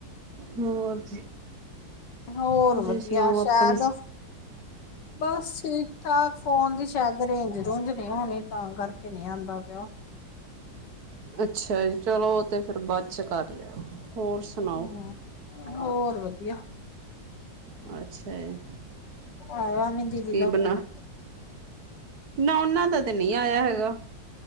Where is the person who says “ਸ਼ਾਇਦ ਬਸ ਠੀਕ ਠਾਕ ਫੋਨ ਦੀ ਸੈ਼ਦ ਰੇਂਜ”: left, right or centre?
Left